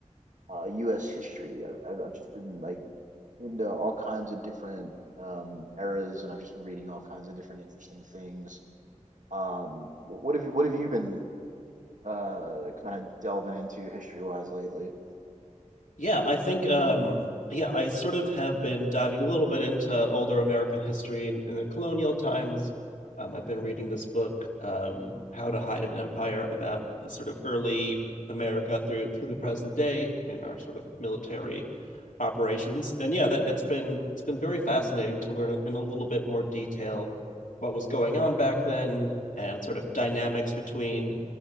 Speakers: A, on the right; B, on the left.
A: uh US history. I've I've I've just been like into all kinds of different um eras and I've just been reading all kinds of different interesting things. Um, wh- what have you what have you been uh kind of delving into history-wise lately?
B: Yeah, I think um yeah, I sort of have been diving a little bit into older American history in, in the colonial times. Um, I've been reading this book, um, How to Hide an Empire, about a sort of early America through through the present day in our sort of military operations. And yeah, that it's been it's been very fascinating to learn in a little bit more detail what was going on back then and sort of dynamics between